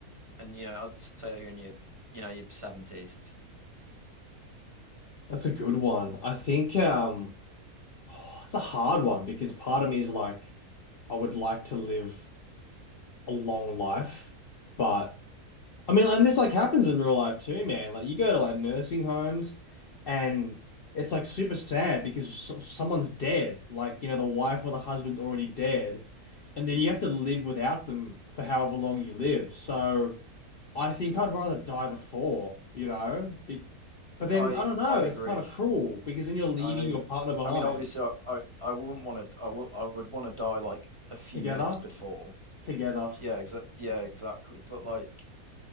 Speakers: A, on the right; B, on the left.
A: and you know, I'd say you're in your, you know, your seventies.
B: <clears throat> That's a good one. I think um, oh, it's a hard one because part of me is like, I would like to live a long life, but. I mean, and this like happens in real life too, man. Like you go to like nursing homes and it's like super sad because so someone's dead. Like, you know, the wife or the husband's already dead. And then you have to live without them for however long you live. So I think I'd rather die before, you know? Be but then
A: I
B: I don't know,
A: I agree.
B: it's kind of cruel because then you're leaving
A: I
B: your partner behind.
A: I mean, obviously, I I, I wouldn't want to. I, w- I would want to die like a few
B: Together?
A: minutes before
B: Together.
A: Yeah, exa- yeah, exactly. But like,